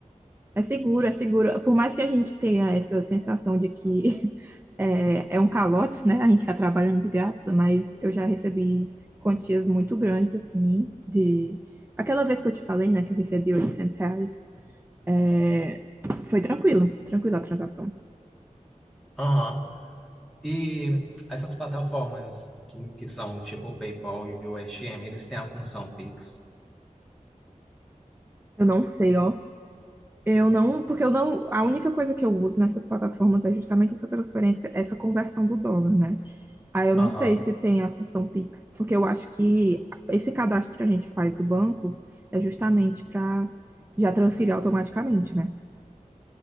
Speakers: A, on the right; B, in the centre.
A: É seguro, é seguro. Por mais que a gente tenha essa sensação de que É, é um calote, né? A gente está trabalhando de graça, mas eu já recebi quantias muito grandes, assim, de... Aquela vez que eu te falei, né, que eu recebi 800 reais, é, foi tranquilo, tranquilo a transação.
B: Aham. E essas plataformas que, que são tipo o PayPal e o S M eles têm a função Pix?
A: Eu não sei, ó. Eu não, porque eu não, a única coisa que eu uso nessas plataformas é justamente essa transferência, essa conversão do dólar, né? Aí eu
B: Aham.
A: não sei se tem a função Pix, porque eu acho que esse cadastro que a gente faz do banco é justamente para já transferir automaticamente, né?